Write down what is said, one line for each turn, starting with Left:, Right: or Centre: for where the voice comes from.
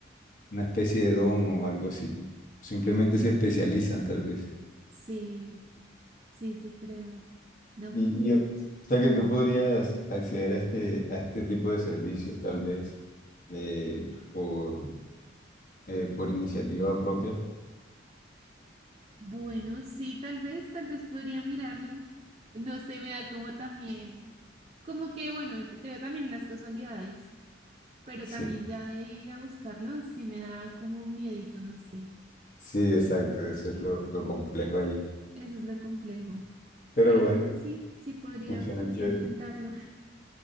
Left: una especie de don o algo así. Simplemente se especializan tal vez.
Right: Sí, sí, sí creo. No,
Left: Y,
Right: pues súper
Left: y, o
Right: ch-
Left: sea que tú podrías acceder a este, a este tipo de servicios tal vez eh, por, eh, por iniciativa propia.
Right: Bueno, sí, tal vez, tal vez podría mirarlo. No sé, me da como también, como que bueno, te- creo también en las casualidades, pero
Left: Sí,
Right: también ya de ir a buscarlo, sí me da como un miedito, no sé.
Left: sí, exacto, eso es lo, lo complejo ahí.
Right: Eso es lo complejo.
Left: Pero
Right: Pero
Left: bueno,
Right: bueno, sí, sí podría,
Left: funciona
Right: podría
Left: chévere.
Right: intentarlo.